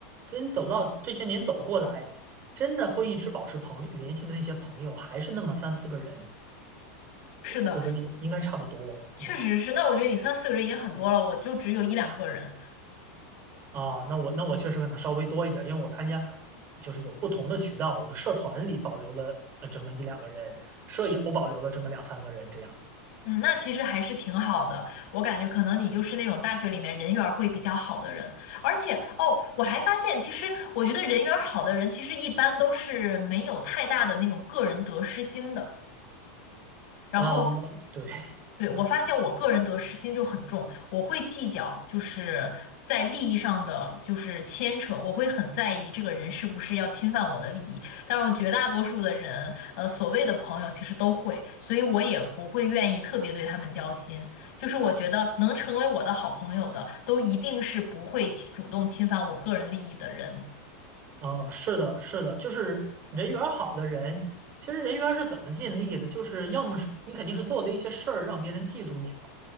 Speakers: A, on the right; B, on the left.
A: 真走到这些年走过来，真的会一直保持朋联系的那些朋友，还是那么三四个人，
B: 是的，
A: 我我觉得应该差不多，
B: 确实是。
A: 嗯，
B: 那我觉得你三四个人已经很多了，我就只有一两个人，
A: 啊，那我那我确实可能稍微多一点，因为我参加就是有不同的渠道，我的社团里保留了呃这么一两个人，舍友保留了这么两三个人这样，
B: 嗯，那其实还是挺好的。我感觉可能你就是那种大学里面人缘儿会比较好的人，而且哦，我还发现，其实我觉得人缘儿好的人，其实一般都是没有太大的那种个人得失心的，然后
A: 嗯，对
B: 对，我发现我个人得失心就很重，
A: 对。<laughs>
B: 我会计较，就是在利益上的就是牵扯，我会很在意这个人是不是要侵犯我的利益。但是我绝大多数的人，呃，所谓的朋友其实都会，所以我也不会愿意特别对他们交心。就是我觉得能成为我的好朋友的，都一定是不会侵主动侵犯我个人利益的人。
A: 啊，是的，是的，就是人缘儿好的人，其实人缘儿是怎么建立的？就是要么是你肯定是做了一些事儿让别人记住你了，